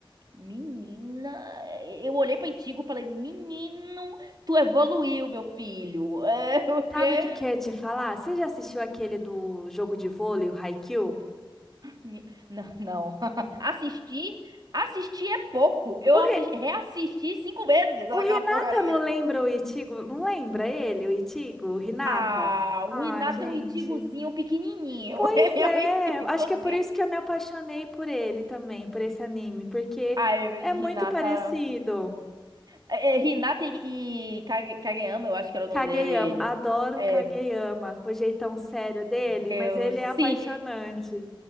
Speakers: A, on the right; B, in the centre.
A: Menina, eu olhei pra Itigo e falei, menino, tu evoluiu, meu filho. <laughs> É, o quê?
B: Sabe o que que eu ia te falar? Você já assistiu aquele do jogo de vôlei, o Haikyuu?
A: Mi- Não, não. <laughs> Assistir, assistir é pouco. Eu
B: O,
A: assis-
B: Re...
A: reassisti cinco vezes naquela
B: o Renata
A: porcaria.
B: não lembra o Itigo? Não lembra ele, o Itigo? O Renata?
A: Ah,
B: Ah,
A: o Renata
B: gente.
A: é um Ichigozinho pequenininho.
B: Pois
A: <laughs> Ele
B: é,
A: é um Ichigozinho.
B: acho que é por isso que eu me apaixonei por ele também, por esse anime, porque
A: Ai, mas
B: é
A: Hinata...
B: muito parecido.
A: É, é, Hinata e, e Kage- Kageyama, eu acho que era o nome
B: Kageyama,
A: dele.
B: adoro
A: É,
B: o Kageyama,
A: meu
B: com o jeitão sério dele,
A: Deus.
B: mas ele
A: Sim,
B: é apaixonante.